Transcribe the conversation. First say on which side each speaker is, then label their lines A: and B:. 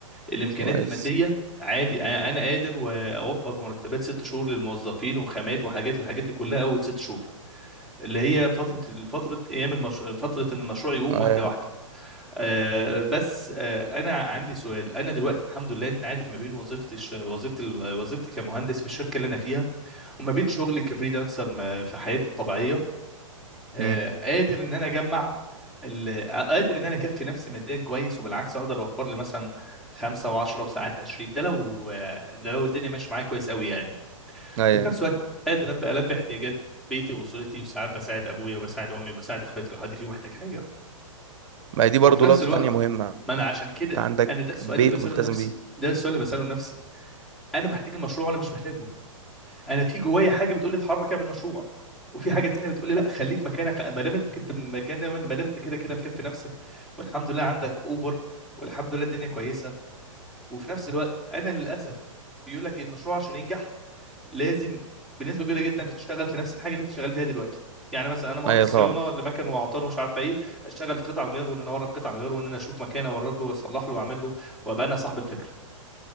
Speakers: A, in the centre; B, on the right.
A: الامكانيات
B: كويس
A: الماديه عادي انا قادر واوفر مرتبات ست شهور للموظفين وخامات وحاجات للحاجات دي كلها اول ست شهور اللي هي فترة فترة أيام المشروع فترة إن المشروع يقوم
B: ايوه
A: واحدة واحدة آه بس آه أنا عندي سؤال أنا دلوقتي الحمد لله أنت عارف ما بين وظيفتي الش- وظيفتي ال- وظيفتي كمهندس في الشركة اللي أنا فيها وما بين شغلي كفريلانسر م- في حياتي الطبيعية آه
B: امم
A: قادر إن أنا أجمع ال- قادر ان انا اكفي نفسي ماديا كويس وبالعكس اقدر اوفر لي مثلا خمسة وعشرة وساعات عشرين ده لو آه، ده لو الدنيا ماشيه معايا كويس قوي يعني
B: ايوه
A: وفي نفس الوقت قادر ابدا البي احتياجات بيتي واسرتي وساعات بساعد ابويا وبساعد امي وبساعد اخواتي لو حد فيهم محتاج حاجه
B: ما هي دي برضه
A: وفي نفس
B: لقطة
A: الوقت
B: تانية مهمة
A: ما انا عشان كده
B: انت عندك
A: انا ده السؤال
B: بيت
A: اللي بساله
B: ملتزم
A: لنفسي
B: بيه
A: ده السؤال اللي بساله لنفسي انا محتاج المشروع ولا مش محتاجه انا في جوايا حاجه بتقول لي اتحرك اعمل مشروع وفي حاجه تانية بتقول لي لا خليك مكانك ما دام انت كده مكان ما دام انت كده كده مكفي نفسك والحمد لله عندك اوفر والحمد لله الدنيا كويسه وفي نفس الوقت انا للاسف بيقول لك المشروع عشان ينجح لازم بنسبه كبيره جدا تشتغل في نفس الحاجه اللي انت شغال فيها دلوقتي يعني مثلا انا مهندس
B: ايوه طبعا
A: صيانه لمكن واعطال ومش عارفه ايه اشتغل في قطع غيار وان انا اورد قطع غيار وان انا اشوف مكان اورد له واصلح له واعمل له وابقى انا صاحب الفكره